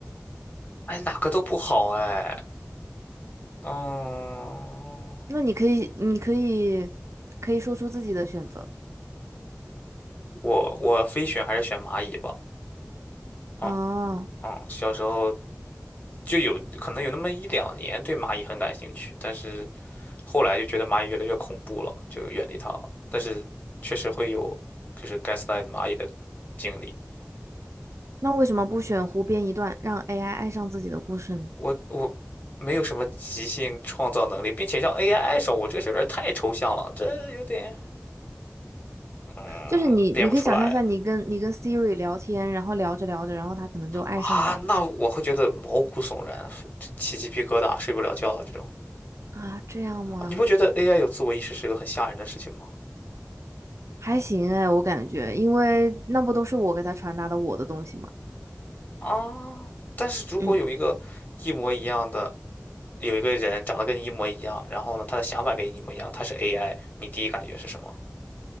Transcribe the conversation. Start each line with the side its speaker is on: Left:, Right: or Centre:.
Left: 哎，哪个都不好哎。嗯，
Right: 那你可以，你可以，可以说出自己的选择
Left: 我我非选还是选蚂蚁吧。嗯
Right: 哦。
Left: 嗯，小时候就有可能有那么一两年对蚂蚁很感兴趣，但是后来就觉得蚂蚁越来越恐怖了，就远离它了。但是确实会有就是 gaslight 蚂蚁的经历。
Right: 那为什么不选湖边一段，让 AI 爱上自己的故事呢？
Left: 我我没有什么即兴创造能力，并且让 AI 爱上我，这个事儿有点太抽象了，这有点。嗯，
Right: 就是你，
Left: 变不出来
Right: 你可以想象一下，你跟你跟 Siri 聊天，然后聊着聊着，然后它可能就爱上你了
Left: 啊，那我会觉得毛骨悚然，起鸡皮疙瘩，睡不了觉这种。
Right: 啊？这样吗？
Left: 啊你不觉得 AI 有自我意识是个很吓人的事情吗？
Right: 还行哎，我感觉，因为那不都是我给他传达的我的东西吗？
Left: 啊，但是如果有一个一模一样的，
Right: 嗯，
Left: 有一个人长得跟你一模一样，然后呢，他的想法跟你一模一样，他是 AI，你第一感觉是什么？